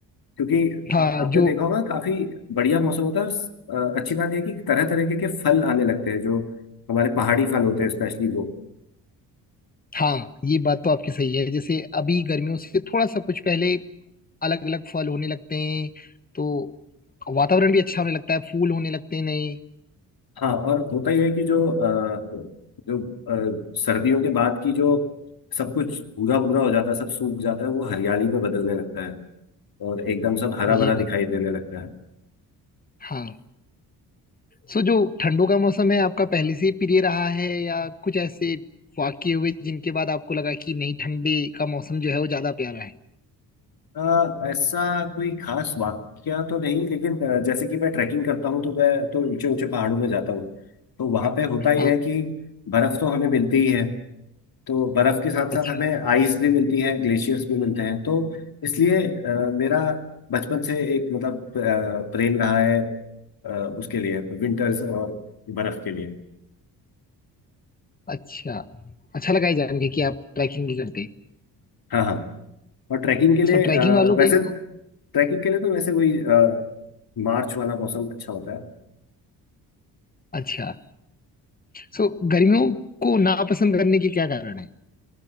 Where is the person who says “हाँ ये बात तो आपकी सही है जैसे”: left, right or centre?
Left